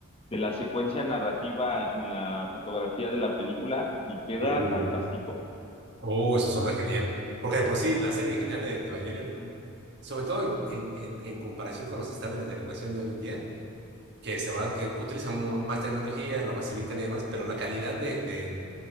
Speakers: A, on the left (about 25°); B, on the right (about 50°).
A: de la secuencia narrativa en la fotografía de la película y queda
B: Oh,
A: fantástico.
B: oh, eso suena genial. Porque de por sí, la serie original de, de Evangelion, sobre todo en, en- en- en comparación con los estándares de animación de hoy en día, que se van, que utilizan mu- más tecnología, lo facilitan y demás, pero la calidad de, de,